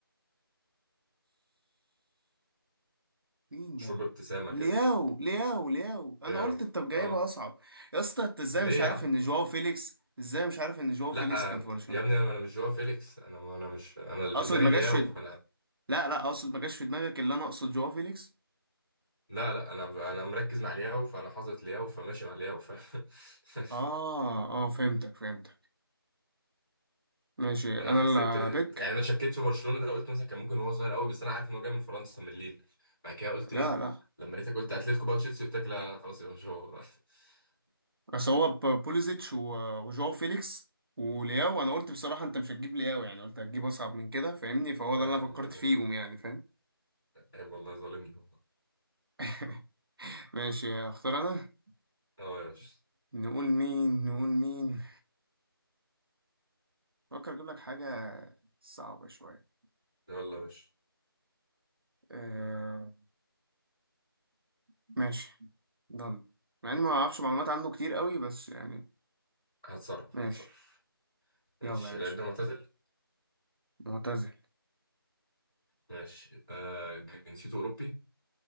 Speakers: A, on the right; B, in the centre.
A: مين
B: مشهور
A: ده
B: بابتسامة
A: لياو
B: كده
A: لياو لياو انا
B: اه
A: قلت انت جايبها
B: آه.
A: اصعب يا اسطى انت ازاي
B: ليه
A: مش عارف
B: يا عم
A: ان جواو فيليكس ازاي مش عارف ان جواو
B: لا
A: فيليكس كان
B: آه،
A: في برشلونة
B: يا ابني انا أنا مش جواو فيليكس انا انا مش انا اللي
A: اقصد
B: في دماغي
A: ما
B: لياو
A: جاش في
B: فانا
A: لا لا اقصد ما جاش في دماغك اللي انا اقصد جواو فيليكس
B: لا لا انا انا مركز مع لياو فانا حاطط لياو فماشي مع لياو ف... <laughs>
A: اه اه فهمتك فهمتك ماشي
B: انا
A: انا
B: حسيت
A: اللي بك
B: يعني انا شكيت في برشلونه ده قلت مثلا كان ممكن هو صغير قوي بس انا عارف ان هو جاي من فرنسا من ليل بعد كده قلت
A: لا
B: ايه
A: لا
B: لما لقيتك قلت اتلتيكو بقى تشيلسي قلت لك لا لا، خلاص يا باشا هو <laughs>
A: بس هو ب- بوليزيتش و- وجواو فيليكس ولياو انا قلت بصراحة انت مش هتجيب لياو يعني قلت هتجيب اصعب من كده فاهمني فهو
B: لا
A: ده اللي
B: يا
A: انا
B: عم
A: فكرت
B: عيب
A: فيهم
B: والله
A: يعني فاهم
B: عيب والله ظالمني والله
A: <laughs> ماشي اختار انا
B: اه يا باشا
A: نقول مين نقول مين فكر اجيب لك حاجة صعبة شوية
B: يلا يا باشا
A: آه ماشي ضن مع اني ما اعرفش معلومات عنه كتير قوي بس يعني
B: هتصرف
A: ماشي
B: هتصرف ماشي
A: يلا يا باشا
B: اللعيب ده معتزل
A: معتزل
B: ماشي آه جنسيته اوروبي